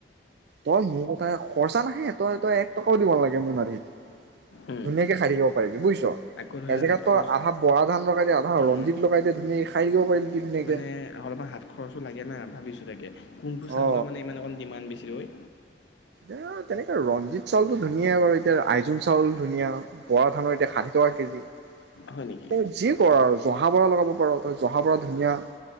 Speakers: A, on the right (about 65°); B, on the left (about 80°).
A: তই মোৰ কথা খৰচা নাহে তই তই এক টকাও দিব লাগে মোন আধিত
B: উম,
A: ধুনীয়াকে খাই থাকিব পাৰিবি বুজিছ
B: আকৌ ধৰি
A: এজেগাত
B: লওক হাত
A: তই
B: খৰচ
A: আধা বৰা ধান লগাই দে আহ
B: উম,
A: ৰঞ্জিত
B: উম,
A: লগাই ধুনিয়াকে খাই থাকিব পাৰিবি কি ধুনীয়াকে
B: মানে অলপমান হাত খৰচো লাগে না ভাবিছো তাকে কোনটো চাহ
A: অ
B: হলে মানে ইমান অক ডিমাণ্ড বেছি হয়
A: এ তেনেকে ৰঞ্জিত চাউলতটো ধুনীয়াাই বাৰু এতিয়া আইজোং চাউল ধুনীয়া বৰা ধানৰ এতিয়া ষাঠি টকা কেজি এ
B: হয় নেকি
A: যি কৰ আৰু জহা বৰা লগাব পাৰোঁ ত জহা বৰা ধুনীয়া